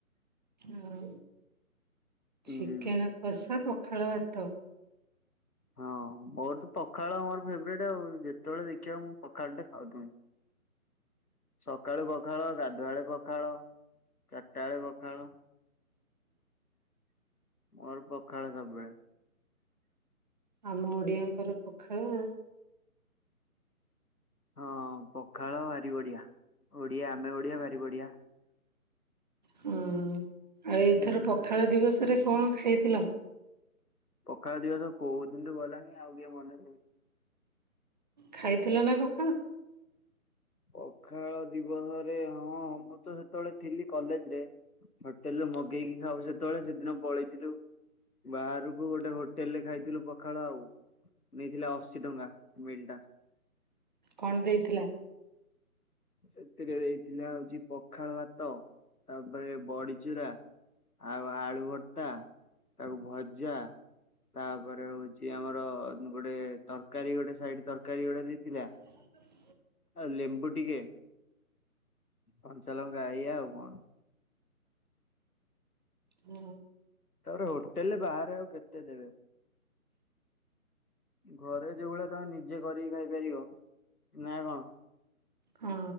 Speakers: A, on the right (about 30°); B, on the left (about 80°).
A: ଆଉ
B: ହୁଁ
A: ଚିକେନ୍ କଷା ପଖାଳ ଭାତ।
B: ହଁ ମୋର ତ ପଖାଳ ମୋର ଫେବ୍ରାଇଟ୍ ଆଉ ଯେତେବେଳେ ଦେଖିବ ମୁଁ ପଖାଳ ଟେ ଖାଉଥୁମି। ସକାଳୁ ପଖାଳ ଗାଧୁଆଳେ ପଖାଳ ଚାରିଟା ବେଳେ ପଖାଳ। ମୋର ପଖାଳ ସବୁବେଳେ।
A: ଆମ ଓଡିଆଙ୍କର ପଖାଳ।
B: ହଁ ପଖାଳ ବାରି ବଡିଆ ଓଡିଆ ଆମେ ଓଡିଆ ଭାରି ବଢିଆ।
A: ହୁଁ ଆଉ ଏଇଥର
B: ହୁଁ।
A: ପଖାଳ ଦିବସରେ କଣ ଖାଇଥିଲ?
B: ପକାଳ ଦିବସ କୋଉ ଦିନିଠୁ ଗଲାଣି ଆଉ କିଏ ମନେ ରୋହୁ
A: ଖାଇଥିଲ ନାଁ ପଖାଳ?
B: ପଖାଳ ଦିବସରେ ହଁ ମୁଁ ତ ସେତେବେଳେ ଥିଲି କଲେଜ୍ ରେ। ହୋଟେଲୁ ମଗେଇକି ଖାଉ ସେତେବେଳେ ସେଦିନ ପଳେଇଥିଲୁ। ବାହାରକୁ ଗୋଟେ ହୋଟେଲ ରେ ଖାଇଥିଲୁ ପଖାଳ ଆଉ। ନେଇଥିଲା ଅଶୀ ଟଙ୍କା ମିଲ୍ ଟା।
A: କନ୍ ଦେଇଥିଲା?
B: ସେଥିରେ ଦେଇଥିଲା ହଉଚି ପଖାଳ ଭାତ ତାପରେ ବଡିଚୁରା ଆଉ ଆଳୁ ଭତା ତାକୁ ଭଜା ତାପରେ ହଉଚି ଆମର ଗୋଟେ ତରକାରୀ ଗୋଟେ ସାଇଡ୍ ତରକାରୀ ଗୋଟେ ଦେଇଥିଲା।
A: ହ
B: ଆଉ ଲେମ୍ବୁ ଟିକେ କଞ୍ଚାଲଙ୍କା ଏଇୟା ଆଉ କଣ।
A: ହୁଁ।
B: ତାପରେ ହୋଟେଲ୍ ରେ ବାହାରେ ଆଉ କେତେ ଦେବେ। ଘରେ ଯୋଉ ଭଳିଆ ତମେ ନିଜେ କରିକି ଖାଇପାରିବ ନାଇଁ କଣ?
A: ହଁ